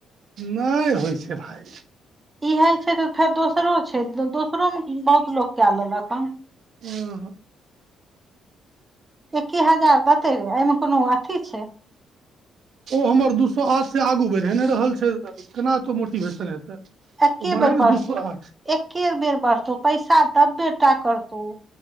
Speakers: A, on the right (about 65°); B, on the right (about 20°).
A: नहि होई छै भाय।
B: इहे छै तऽ फेर दोसरो छै दोसरो मे बहुत लोको कए लेलऽ कऽ हन।
A: ह।
B: एकी हजार देते रे एहि मे कोनो अथी छै।
A: हमर दू सए आर से आगू बढ़ नहि रहल छै केना एतो मोटिवेशन हेतै
B: एके
A: ओ बढ़े
B: बेर
A: ने
B: बढ़तौ
A: दू सौ आठ
B: एके बेर बढ़तौ पैसा दब्बेटा करतौ।